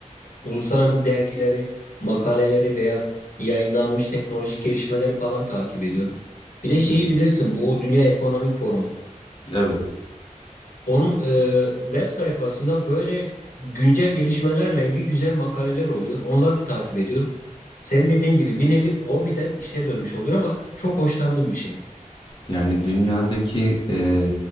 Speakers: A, on the left; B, on the left.
A: Uluslararası dergileri, makaleleri veya yayınlanmış teknolojik gelişmeleri falan takip ediyorum. Bir de şeyi
B: Hmm.
A: bilirsin bu Dünya Ekonomik Forumu.
B: Evet.
A: Onun e, web sayfasında böyle güncel gelişmelerle ilgili güzel makaleler oluyor. Onları da takip ediyorum. Sen dediğin gibi bir nevi hobiden işe dönmüş oluyor ama çok hoşlandığım bir şey.
B: Yani dünyadaki e,